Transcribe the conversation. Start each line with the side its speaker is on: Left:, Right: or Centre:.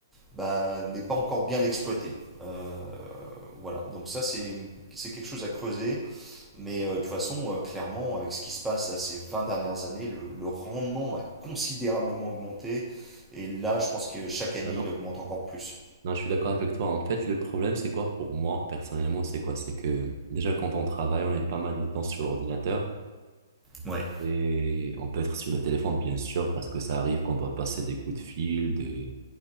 Centre: bah, n'est pas encore bien exploité. Euh, voilà, donc ça c'est c'est quelque chose à creuser, mais euh, de toute façon, euh, clairement, avec ce qui se passe là, ces 20 dernières années, le, le rendement a considérablement augmenté, et là je pense que chaque année
Right: Non, non.
Centre: il augmente encore plus.
Right: Non, je suis d'accord avec toi. En fait, le problème, c'est quoi pour moi, personnellement, c'est quoi? C'est que déjà, quand on travaille, on est pas mal de temps sur l'ordinateur.
Centre: Ouais.
Right: Et on peut être sur le téléphone, bien sûr, parce que ça arrive qu'on doit passer des coups de fil, de,